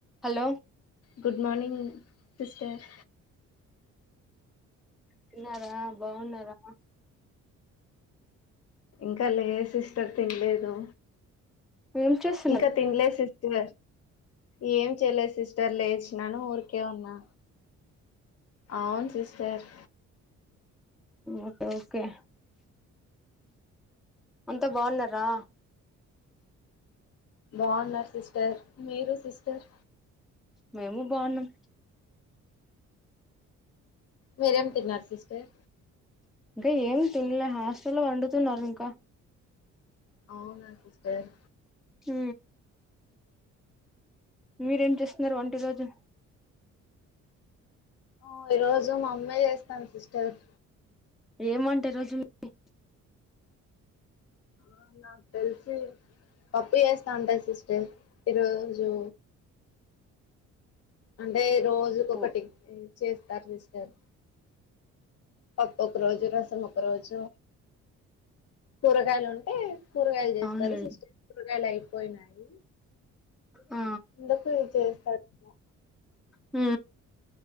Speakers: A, in the centre; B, on the left.
A: Hello
B: good morning sister
A: తిన్నారా బాగున్నారా
B: ఇంకా లే సిస్టర్ తినలేదు
A: ఏం చేస్తున్నారు
B: ఇంకా తినలేదు సిస్టర్ ఏం చేయలేదు సిస్టర్ లేచ్ నను ఊరికే ఉన్నా అవును సిస్టర్
A: ఒక్ ఓకే అంత బాగున్నారా
B: బావున్నారు సిస్టర్ మీరు సిస్టర్?
A: మేము బావున్నాం
B: మీరేం తిన్నారు సిస్టర్?
A: ఇంకా ఏం తినలే హాస్టల్లో వండుతున్నారు ఇంకా
B: అవునా సిస్టర్
A: హ మీరేం చేస్తున్నారు వంట ఈరోజు?
B: ఆ ఈ రోజు మా అమ్మయి చేస్తాను సిస్టర్
A: ఎం వంట ఈరోజు మీది?
B: ఆ నాకు తెలిసి పప్పు వేస్తా ఉంటారు సిస్టర్ ఈరోజు అంటే రోజుకి
A: పప్పు
B: ఒకటి మ్ చేస్తారు సిస్టర్ పప్పు ఒక రోజు, రసం ఒక రోజు కూరగాయలు ఉంటే కూరగాయలు చేస్తారు
A: అవునులేండి
B: సిస్టర్స్ కూరగాయలు అయిపోయినాయి.
A: ఆ
B: అందుకు ఇ చేస్తాడు ఏమో
A: హ